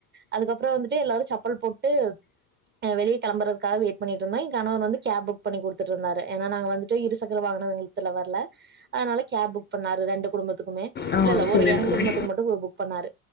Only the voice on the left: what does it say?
ஆ
சரிங்க
தோழி